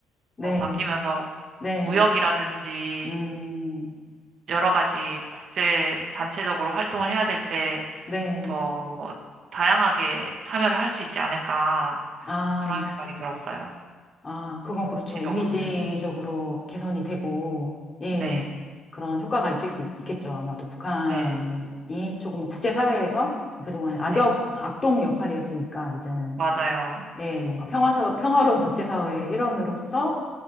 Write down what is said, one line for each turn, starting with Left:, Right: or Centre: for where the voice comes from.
Left: 네,
Right: 어, 바뀌면서,
Left: 네,
Right: 무역이라든지,
Left: 음,
Right: 여러 가지 국제 단체적으로 활동을 해야 될 때
Left: 네.
Right: 더 다양하게 참여를 할 수 있지 않을까
Left: 아,
Right: 그런 생각이 들었어요.
Left: 아, 그건 그렇죠.
Right: 지적으로는.
Left: 이미지적으로 개선이 되고, 예,
Right: 네,
Left: 그런 효과가 있을 수 있- 있겠죠. 아마도 북한이
Right: 네,
Left: 조금 국제사회에서 그동안 악역,
Right: 네,
Left: 악동 역할이었으니까, 이제는,
Right: 맞아요.
Left: 예, 뭔가 평화서, 평화로운 국제사회의 일원으로서,